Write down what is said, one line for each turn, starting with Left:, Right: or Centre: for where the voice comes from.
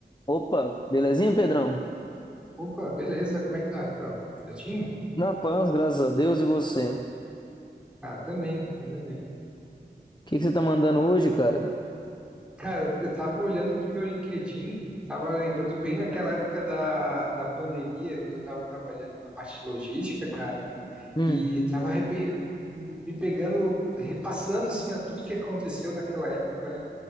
Left: Opa, belezinha, Pedrão?
Centre: Opa, beleza, como é que tá, Rafael? Certinho?
Left: Na paz, graças a Deus e você. O
Centre: Ah, também, ainda bem.
Left: que que você tá mandando hoje, cara?
Centre: Cara, eu tava olhando aqui meu LinkedIn, tava lembrando bem naquela época da, da pandemia, quando eu tava trabalhando na parte de logística, cara,
Left: Hum,
Centre: e tava repe- me pegando, repassando, assim, a tudo que aconteceu naquela época, né?